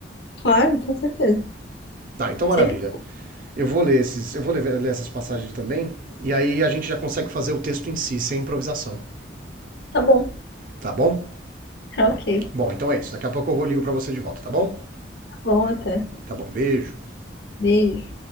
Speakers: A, on the left; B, on the right.
A: Claro, com certeza.
B: Tá, então maravilha.
A: Sempre
B: Eu vou ler esses, eu vou ler, ler essas passagens também, e aí a gente já consegue fazer o texto em si, sem improvisação,
A: tá bom.
B: tá bom?
A: Tá ok.
B: Bom, então é isso. Daqui a pouco eu vou ligo para você de volta, tá bom?
A: Tá bom até.
B: Tá bom, beijo.
A: Beijo.